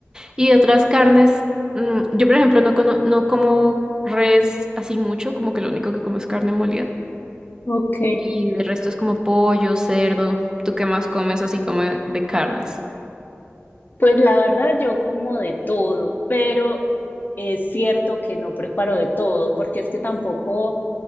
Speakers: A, on the right; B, on the left.
A: Y de otras carnes, mm, yo, por ejemplo, no, cono- no como res así mucho, como que lo único que como es carne molida.
B: ok.
A: Y de resto es como pollo, cerdo. ¿Tú qué más comes así como de de carnes?
B: Pues la verdad, yo como de todo, pero es cierto que no preparo de todo, porque es que tampoco